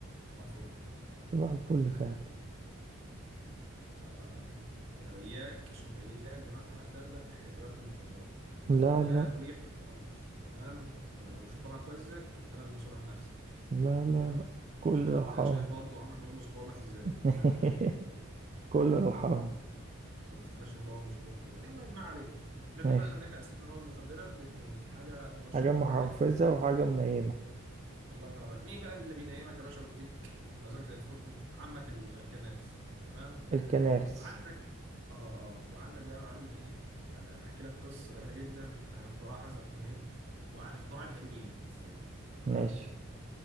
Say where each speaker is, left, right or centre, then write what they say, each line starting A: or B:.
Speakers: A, on the right; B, on the right.
A: صباح الفل يعني
B: طبعا الفل فعلا
A: آه يعني إياك ثم إياك دماغك تاخدك ناحية تجارة المخدرات إحنا
B: لا
A: لا
B: لا
A: نبيح أمر تمام أنت لو شيطانك وزك أنت بقى المسؤول عن نفسك
B: لا لا
A: تمام
B: لا كله لو حرام
A: أنت شايف برضه عمك بابلو اسكوبار مات إزاي
B: <laughs>
A: مات مقتول
B: كله
A: تمام
B: لو حرام
A: عشان ما تفتكرش إن أنت بابلو اسكوبار دلوقتي المهم ما علينا إحنا اتفقنا
B: ماشي
A: إن إحنا قسمنا المواد المخدرة لاتنين حاجة منشطة
B: حاجة محفزة
A: وحاجة
B: وحاجة منيمة
A: الله ينور عليك مين بقى اللي بينيمك يا باشا ويديك مزاج زي الفل عمك ال- الكنابس تمام
B: الكنارس
A: عندك اه اه وعندك بقى يا معلم ايه يعني انا هحكي لك قصه جميله جدا عن اختراع هذا القنيل وعن اختراع الهيروين بالذات تمام
B: ماشي